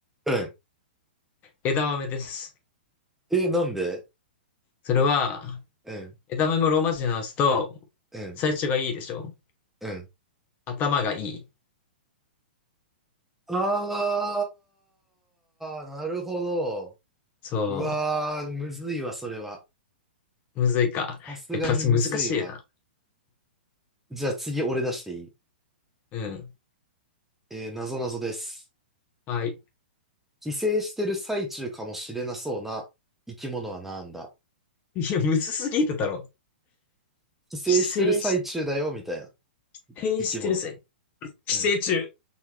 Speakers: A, in the centre; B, on the left.
A: うん。
B: 枝豆です。
A: え、なんで
B: それは、
A: うん、
B: 枝豆もローマ字に直すと、
A: うん、
B: 最初がいいでしょ
A: うん。
B: 頭がいい。
A: ああ、なるほど。
B: そ
A: うわー、むずいわ、それは。
B: う。むずいか。
A: さすがにむずいわ。
B: やっぱそう難しいな。
A: じゃあ次俺出していい
B: うん。
A: えー、なぞなぞです。
B: はい。
A: 寄生してる最中かもしれなそうな生き物はなんだ
B: いや、むずすぎるだろ。
A: 寄生してる最中だよ、
B: 規制し、
A: みたいな
B: 規制してるせ
A: 生き物。
B: 寄生虫。
A: うん。